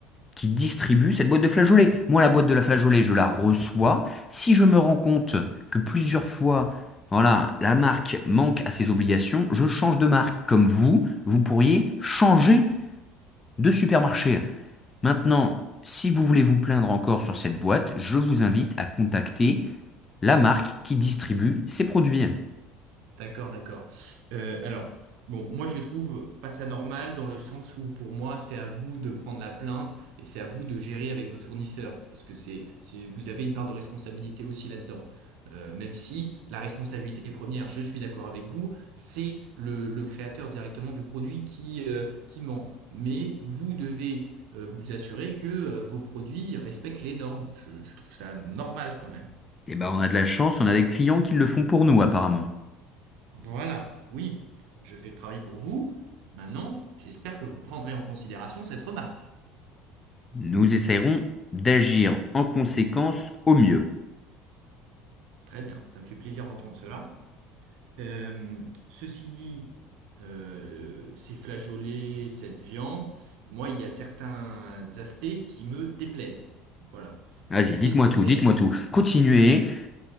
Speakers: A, on the left; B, on the right.
A: qui distribue cette boîte de flageolets. Moi, la boîte de la flageolet, je la reçois. Si je me rends compte que plusieurs fois, voilà, la marque manque à ses obligations, je change de marque. Comme vous, vous pourriez changer de supermarché. Maintenant, si vous voulez vous plaindre encore sur cette boîte, je vous invite à contacter la marque qui distribue ces produits.
B: D'accord, d'accord. Euh, alors, bon, moi je trouve pas ça normal dans le sens où pour moi c'est à vous de prendre la plainte et c'est à vous de gérer avec votre fournisseur parce que c'est, c'est- vous avez une part de responsabilité aussi là-dedans. Euh, même si la responsabilité première, je suis d'accord avec vous, c'est le, le créateur directement du produit qui, euh, qui ment. Mais vous devez euh, vous assurer que euh, vos produits respectent les normes. je je trouve ça normal quand même.
A: Et ben, on a de la chance, on a des clients qui le font pour nous, apparemment.
B: Voilà, oui, je fais le travail pour vous. Maintenant, j'espère que vous prendrez en considération cette remarque.
A: Nous essaierons d'agir en conséquence au mieux.
B: Très bien, ça me fait plaisir d'entendre cela. Euh, ceci dit, euh, ces flageolets, cette viande, moi, il y a certains aspects qui me déplaisent. Voilà.
A: Vas-y,
B: Et ces
A: dites-moi
B: aspects,
A: tout, dites-moi tout. Continuez.